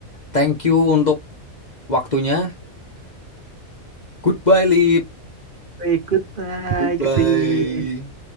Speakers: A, on the left; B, on the right.
A: Thank you untuk waktunya. Goodbye, Liv.
B: Ikut, Pak
A: Goodbye.
B: Kak